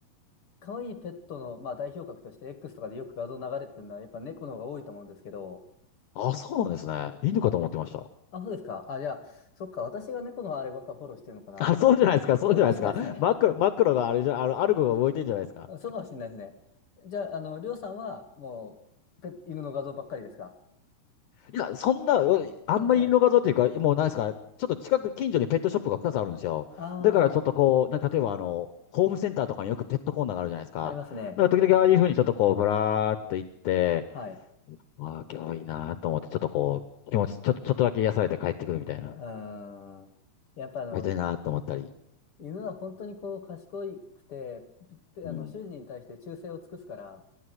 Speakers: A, on the left; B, on the left.
A: 可愛いペットの、まあ、代表格として X とかでよく画像流れてくるのは、やっぱ猫の方が多いと思うんですけど、
B: ああ、そうなんですね。犬かと思ってました。
A: あ、あ、そうですか。あ、じゃあ、そっか、私が猫のあればっかフォローしてるのかな。
B: あ、そうじゃないですか、そうじゃないですか。
A: そうかもしれないですね。
B: マクロ、マクロがあれじゃ、あの、アルゴが動いてんじゃないですか。
A: <laughs> そうかもしれないですね。じゃあ、あの、りょうさんは、もう、ペ、犬の画像ばっかりですか
B: いや、そんな、うあんまりイ画像というか、
A: そんなことない。
B: もうなんですか、ちょっと近く、近所にペットショップが2つあるんですよ。
A: ああ、
B: だからちょっとこう、な例えばあの、ホームセンターとかによくペットコーナーがあるじゃないですか。
A: ありますね。
B: だから時々ああいうふうにちょっとこう、ぶらーっと行って、
A: はい。
B: わあ、今日いいなーと思って、ちょっとこう、気持ち、ちょっと、ちょっとだけ癒されて帰ってくるみたいな。
A: うーん。やっぱあの、
B: 帰りたいなーと思ったり。
A: 犬は本当にこう賢くて、ぴぴあの、
B: うん。
A: 主人に対して忠誠を尽くすから、